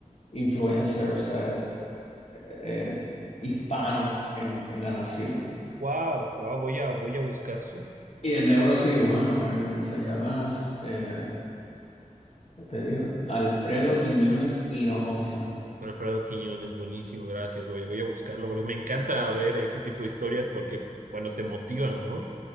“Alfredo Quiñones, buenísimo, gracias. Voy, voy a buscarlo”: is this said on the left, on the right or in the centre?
Right